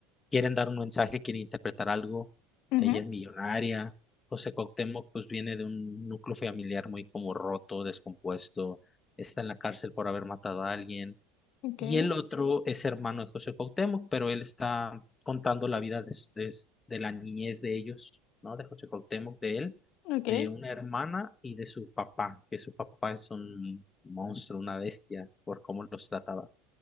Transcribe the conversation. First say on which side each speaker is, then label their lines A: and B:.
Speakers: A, on the left (about 20°); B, on the left (about 60°).
A: quieren dar un mensaje, quieren interpretar algo.
B: ujú.
A: Ella es millonaria. José Cuauhtémoc, pues viene de un núcleo familiar muy como roto, descompuesto. Está en la cárcel por haber matado a alguien.
B: Okay,
A: Y el otro es hermano de José Cuauhtémoc, pero él está contando la vida de, de, de la niñez de ellos, ¿no? De José Cuauhtémoc, de él,
B: okay.
A: de una hermana y de su papá, que su papá es un monstruo, una bestia, por cómo los trataba.